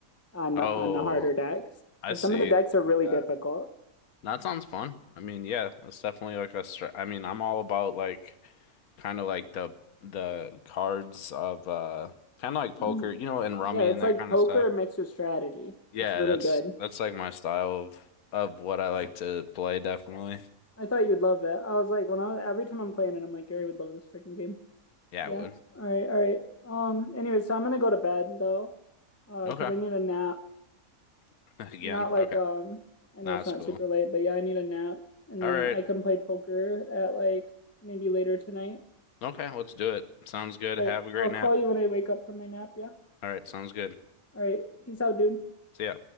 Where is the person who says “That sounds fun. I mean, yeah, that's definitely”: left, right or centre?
Left